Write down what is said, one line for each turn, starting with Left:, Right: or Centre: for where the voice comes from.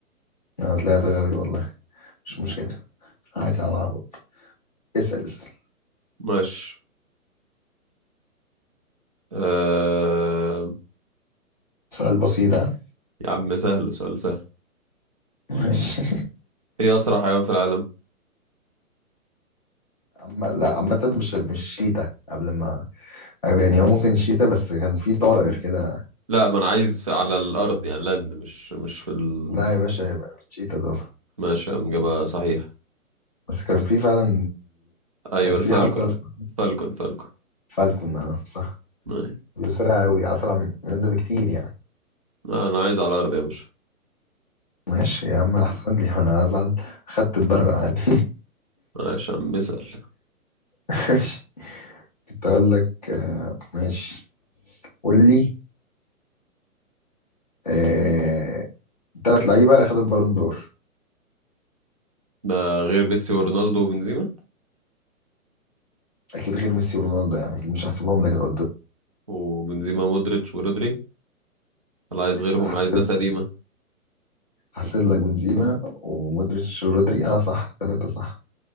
Left: انا طلعت غبي والله مش مشكلة عادي هنعوض اسأل اسأل
Right: ماشي آه...
Left: سؤال بسيط ها
Right: يا عم سهل سؤال سهل
Left: ماشي
Right: ايه اسرع حيوان في العالم
Left: أما لا عامة مش مش شيتا قبل ما أو يعني هو ممكن شيتا بس كان في طائر كده
Right: لا ما انا عايز في... على الارض يعني لاند مش مش في ال...
Left: لا يا باشا يبقى مش شيتا ده
Right: ماشي يا عم جابها صحيح
Left: بس كان في فعلا
Right: ايوه
Left: كان
Right: الفالكون
Left: في حد أصلا
Right: فالكون فالكون
Left: فالكون آه، صح
Right: آه.
Left: بيسرع أوي أسرع منه بكتير يعني
Right: انا عايز على الارض يا باشا
Left: ماشي يا عم أحسن لي أنا أزعل خدت الدرجة عادي
Right: عشان بسأل
Left: <laughs> ماشي كنت أقول لك آه، ماشي قول لي آه، تلات لعيبة أخدوا البالون دور
Right: ده غير ميسي ورونالدو وبنزيما
Left: أكيد غير ميسي ورونالدو يعني أكيد مش هحسبهم لك لو
Right: وبنزيما مودريتش ورودري انا عايز غيرهم
Left: قلته
Right: عايز ناس قديمة
Left: احسب لك بنزيما ومودريتش ورودري اه صح ثلاثة صح